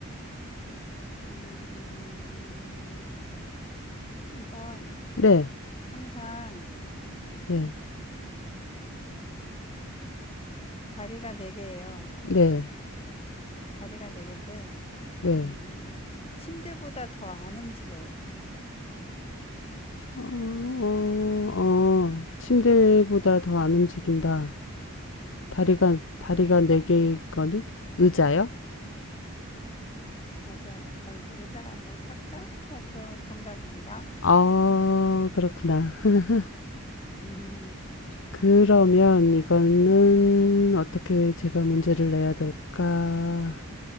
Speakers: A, on the left; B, on the left.
A: 음, 이건
B: 네,
A: 항상
B: 네,
A: 다리가 네 개예요.
B: 네,
A: 다리가 네 개인데,
B: 네.
A: 음, 침대보다 더 안 움직여요.
B: 어, 어, 어. 침대보다 더 안 움직인다. 다리가,
A: 네,
B: 다리가 네 개일 거는 의자요?
A: 맞아요. 거의 의자, 뭐 탁자, 뭐 그런 정답입니다.
B: 아, 그렇구나. <laughs>
A: <laughs>
B: 그러면 이거는 어떻게 제가 문제를 내야 될까?